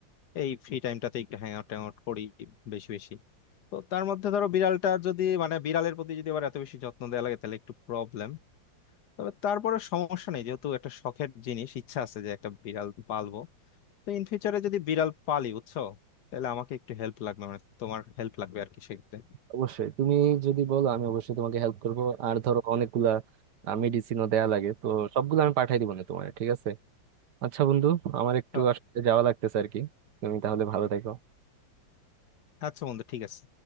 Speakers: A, on the left (about 65°); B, on the right (about 65°).
A: এই ফ্রি টাইমটাতে একটু হ্যাং আউট ট্যাং আউট করি বেশি বেশি তো তার মধ্যে ধরো বিড়ালটা যদি মানে বিড়ালের প্রতি যদি আবার এত বেশি যত্ন দেওয়া লাগে তাহলে একটু প্রবলেম তবে তারপরে সমস্যা নেই যেহেতু একটা শখের জিনিস ইচ্ছা আছে যে একটা বিড়াল পালবো তো ইন ফিউচারে যদি বিড়াল পালি বুঝছো তাহলে আমাকে একটু হেল্প লাগবে মানে তোমার হেল্প লাগবে আর কি সেক্ষেত্রে
B: অবশ্যই তুমি যদি বলো আমি অবশ্যই তোমাকে হেল্প করব আর ধরো অনেকগুলা মেডিসিনও দেয়া লাগে তো সবগুলো আমি পাঠাই দিব না তোমার ঠিক আছে আচ্ছা বন্ধু আমার একটু
A: তো
B: আসলে যাওয়া লাগতেছে আর কি তুমি তাহলে ভালো থেকো
A: আচ্ছা বন্ধু ঠিক আছে